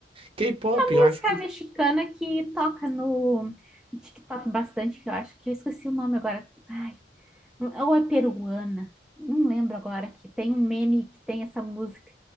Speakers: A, on the right (about 30°); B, in the centre.
A: K-pop,
B: Música
A: eu acho que
B: mexicana que toca no TikTok bastante, que eu acho que eu esqueci o nome agora. Ai, Ou é peruana, não lembro agora, que tem um meme que tem essa música.